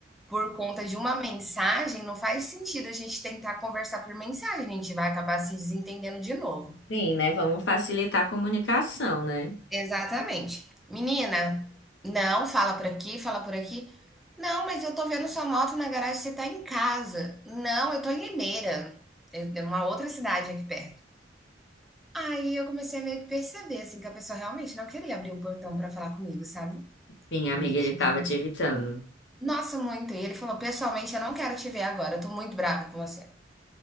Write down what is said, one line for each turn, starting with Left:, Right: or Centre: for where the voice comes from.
Centre: por conta de uma mensagem, não faz sentido a gente tentar conversar por mensagem, a gente vai acabar se desentendendo de novo".
Left: sim, né? Vamos facilitar a comunicação, né?
Centre: Exatamente. Menina, não, fala por aqui, fala por aqui. Não, mas eu tô vendo sua moto na garagem, você tá em casa. Não, eu tô em Limeira, é é uma outra cidade aqui perto. Aí eu comecei a meio que perceber, assim, que a pessoa realmente não queria abrir o portão pra falar comigo, sabe?
Left: Sim, amiga,
Centre: E que,
Left: ele tava te evitando.
Centre: nossa, muito. E ele falou: pessoalmente, eu não quero te ver agora, eu tô muito bravo com você.